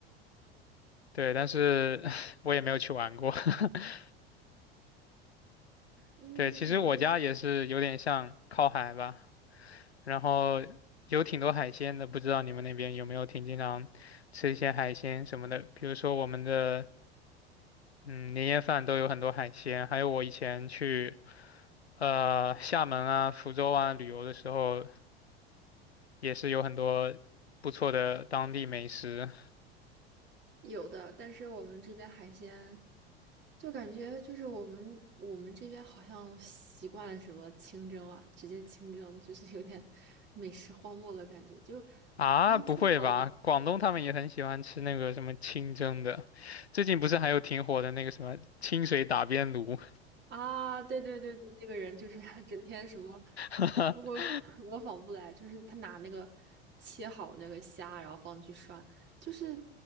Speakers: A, on the left; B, on the right.
A: 对，但是 <laughs> 我也没有去玩过。<laughs>
B: 嗯，
A: 对，其实我家也是有点像靠海吧，
B: 感觉
A: 然后有挺多海鲜的，不知道你们那边有没有挺经常吃一些海鲜什么的，比如说我们的嗯，年夜饭都有很多海鲜，还有我以前去呃厦门啊、福州啊旅游的时候，也是有很多不错的当地美食
B: 有的，但是我们这边海鲜就感觉就是我们我们这边好像习惯什么清蒸啊，直接清蒸，就是有点 <laughs> 美食荒漠的感觉，就
A: 啊。
B: 然后镜头
A: 不会吧？广东他们也很喜欢吃那个什么清蒸的，最近不是还有挺火的那个什么清水打边炉
B: 啊，对对对对，那个人就是他整天什么，
A: <laughs>
B: 我我 <laughs> 仿不来，就是他拿那个切好那个虾，然后放进去涮，就是